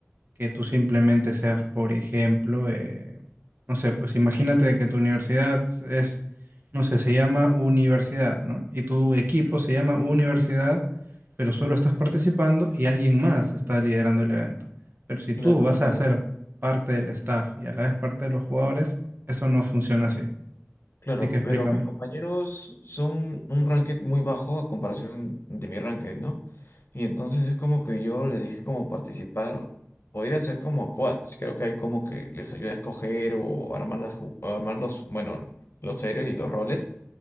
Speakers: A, on the right; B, on the left.
A: que tú simplemente seas, por ejemplo, eh, no sé, pues imagínate de que tu universidad es, no sé, se llama universidad, ¿no? Y tu equipo
B: ujú.
A: se llama universidad, pero solo estás participando y alguien más está liderando el evento. Pero si tú
B: claro,
A: vas
B: claro,
A: a ser parte del staff y a la vez parte de los jugadores, eso no funciona así.
B: claro,
A: Así que explícame.
B: pero mis compañeros son un ranked muy bajo a comparación de mi ranked, ¿no? Y entonces es como que yo les dije como participar, podría ser como coach, creo que hay como que les ayuda a escoger o armar las, ju- armar los, bueno, los héroes y los roles.